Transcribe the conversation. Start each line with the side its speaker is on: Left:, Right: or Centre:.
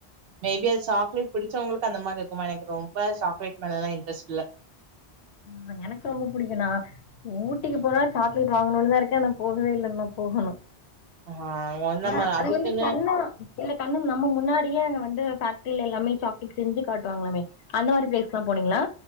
Right: மேபி அது சாக்லேட் பிடிச்சவங்களுக்கு அந்த மாரி இருக்குமா எனக்கு ரொம்ப சாக்லேட் மேல எல்லா இன்ட்ரெஸ்ட் இல்ல
Left: ம்‌ எனக்கு ரொம்ப புடிக்கு நா ஊட்டிக்கு போனா சாக்லேட் வாங்கணுன் தா இரு க்கே ஆனா போகவே இல்ல இன்னு போகனு
Right: ஆ
Left: ஆனா
Right: நம்ம
Left: அது
Right: அதுக்குன்னு
Left: வந்து கண்ணா இல்ல கண்ணும்‌ நம்ம முன்னாடியே அங்க வந்து பேக்ட்ரிலெல்லாமே சாக்லேட் செஞ்சு காட்டுவாங்ளாமே அந்த மாரி பிளேஸ்க்லா போனீங்ளா?